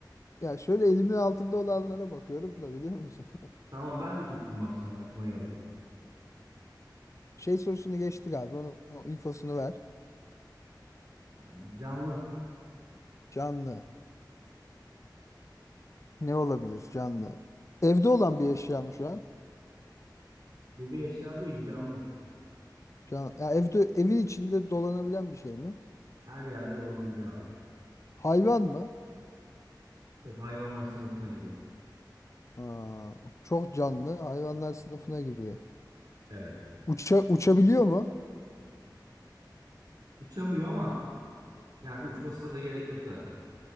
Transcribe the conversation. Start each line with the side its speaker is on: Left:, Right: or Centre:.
Left: Ya şöyle elimin altında olanlara bakıyorum da biliyor musun?
Right: Tamam ben de tuttum bak şimdi aklıma geldi.
Left: <laughs> Şey sorusunu geçtik abi. Onun onun infosunu ver.
Right: Yani canlı.
Left: Canlı. Ne olabilir canlı? Evde olan bir eşya mı şu an?
Right: Bu bir eşya değil canlı.
Left: Can, ya evde evin içinde dolanabilen bir şey mi?
Right: Her yerde dolanabilir abi.
Left: Hayvan mı?
Right: Evet hayvanlar sınıfına giriyor.
Left: Ha, çok canlı. Hayvanlar sınıfına giriyor.
Right: Evet.
Left: Uça, uçabiliyor mu?
Right: Uçamıyor ama yani uçmasına da gerek yok zaten.